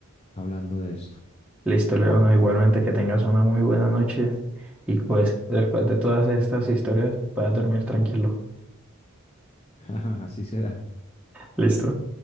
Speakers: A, on the left; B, in the centre.
A: hablando de esto.
B: Listo, León, igualmente que tengas una muy buena noche y pues después de todas estas historias puedas dormir tranquilo.
A: <laughs> Así será.
B: Listo.